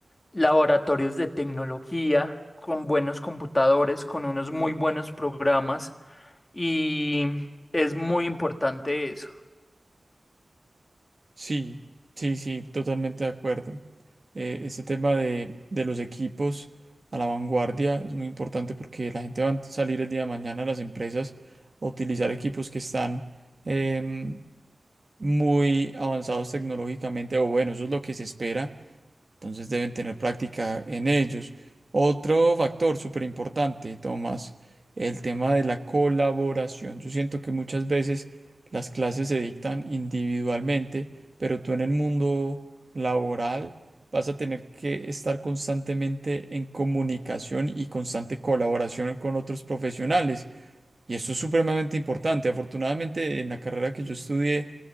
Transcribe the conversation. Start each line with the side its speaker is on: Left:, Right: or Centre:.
Left: laboratorios de tecnología, con buenos computadores, con unos muy buenos programas y es muy importante eso.
Right: Sí, sí, sí, totalmente de acuerdo. Eh, este tema de, de los equipos a la vanguardia es muy importante porque la gente va a salir el día de mañana a las empresas a utilizar equipos que están em, muy avanzados tecnológicamente, o bueno, eso es lo que se espera. Entonces deben tener práctica en ellos. Otro factor súper importante, Tomás, el tema de la colaboración. Yo siento que muchas veces las clases se dictan individualmente, pero tú en el mundo laboral vas a tener que estar constantemente en comunicación y constante colaboración con otros profesionales. Y eso es supremamente importante. Afortunadamente, en la carrera que yo estudié,